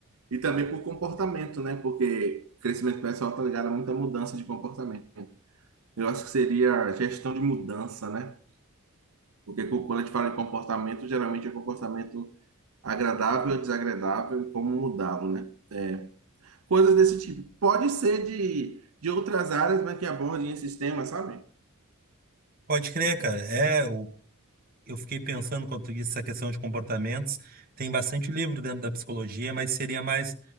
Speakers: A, on the right (about 75°); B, on the right (about 40°).
A: E também por comportamento, né? Porque crescimento pessoal tá ligado a muita mudança de comportamento. Eu acho que seria gestão de mudança, né? Porque co- quando a gente fala de comportamento, geralmente é um comportamento agradável, desagradável e como mudá-lo, né? É, coisas desse tipo. Pode ser de, de outras áreas, mas que abordem esses temas, sabe?
B: Pode crer, cara. É, o, Eu fiquei pensando quando tu disse essa questão de comportamentos. Tem bastante livro dentro da psicologia, mas seria mais